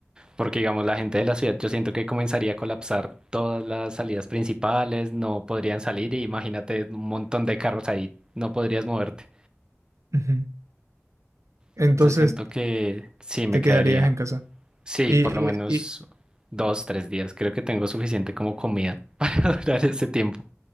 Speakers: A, on the right; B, on the right.
A: Porque, digamos, la gente de la ciudad, yo siento que comenzaría a colapsar todas las salidas principales, no podrían salir y imagínate un montón de carros ahí, no podrías moverte.
B: ujú. Entonces
A: Entonces siento que sí, me
B: te
A: quedaría.
B: quedarías en casa.
A: Sí,
B: Y,
A: por lo menos
B: y- y
A: dos, tres días. Creo que tengo suficiente como comida <laughs> para ese tiempo.